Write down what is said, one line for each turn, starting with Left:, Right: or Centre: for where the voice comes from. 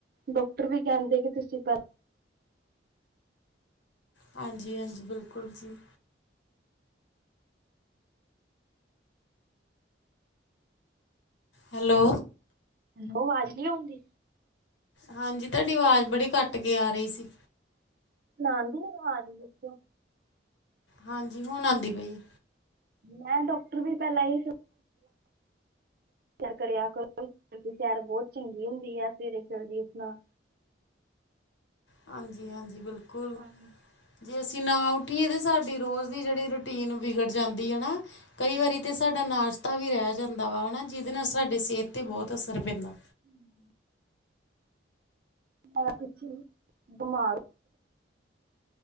Right: ਡਾਕਟਰ ਵੀ ਕਹਿੰਦੇ ਕਿ ਤੁਸੀਂ ਪ
Left: ਹਾਂਜੀ, ਹਾਂਜੀ, ਬਿਲਕੁਲ ਜੀ। ਹੈਲੋ,
Right: ਉਹ ਆਵਾਜ਼ ਨਹੀਂ ਆਦੀ।
Left: ਹਾਂਜੀ, ਤੁਹਾਡੀ ਆਵਾਜ਼ ਬੜੀ ਘੱਟ ਕੇ ਆ ਰਹੀ ਸੀ।
Right: ਸੁਣਾਦੀ ਆਵਾਜ਼ ਦੱਸਿਓ।
Left: ਹਾਂਜੀ, ਹੁਣ ਆਦੀ ਪਈ।
Right: ਮੈਂ ਡਾਕਟਰ ਵੀ ਪਹਿਲਾਂ ਹੀ ਕਰਿਆ ਕਰੋ, ਸੈਰ ਬਹੁਤ ਚੰਗੀ ਹੁੰਦੀ ਆ ਸਵੇਰੇ ਜਲਦੀ ਉਠਨਾ
Left: ਹਾਂਜੀ, ਹਾਂਜੀ, ਬਿਲਕੁਲ।
Right: ਹਾਂਜੀ
Left: ਜੇ ਅਸੀਂ ਨਾ ਉੱਠੀਏ, ਤਾਂ ਸਾਡੀ ਰੋਜ਼ ਦੀ ਜਿਹੜੀ ਰੂਟੀਨ ਵਿਗੜ ਜਾਂਦੀ ਐ ਨਾ। ਕਈ
Right: ਹਾਂਜੀ
Left: ਵਾਰੀ ਤਾਂ ਸਾਡਾ ਨਾਸ਼ਤਾ ਵੀ ਰਹਿ ਜਾਂਦਾ ਵਾ ਐ ਨਾ। ਜਿਹਦੇ ਨਾਲ ਸਾਡੇ ਸਿਹਤ 'ਤੇ ਬਹੁਤ ਅਸਰ ਪੈਂਦਾ।
Right: ਹੂੰ, ਹੂੰ ਮੈਂ ਪਿੱਛੇ ਬਿਮਾਰ